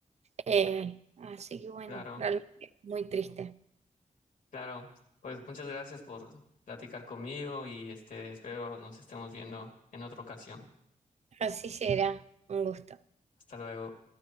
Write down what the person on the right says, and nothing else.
Eh, así que bueno,
realmente muy triste.
Así será. Un gusto.